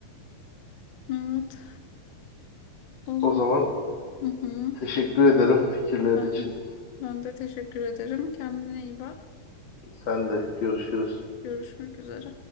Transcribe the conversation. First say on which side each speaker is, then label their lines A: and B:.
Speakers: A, on the left (about 70°); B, on the left (about 45°).
A: Evet. O zaman
B: O zaman
A: hı hı.
B: teşekkür ederim fikirler
A: Ben,
B: için.
A: ben de teşekkür ederim. Kendine iyi bak.
B: Sen de görüşürüz.
A: Görüşmek üzere.